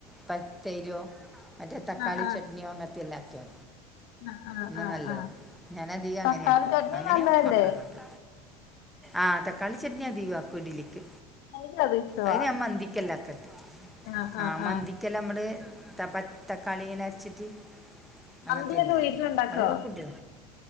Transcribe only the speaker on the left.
ആഹ് ആഹ്
ആഹ് ആഹ്
ആഹ്
ആഹ്
തക്കാളി
ചട്നി
നല്ലതല്ലേ
എനിക്കത് ഇഷ്ടവാ
ആഹ്
ആഹ്
ആഹ്
മന്തിയൊക്കെ വീട്ടിലുണ്ടാക്കോ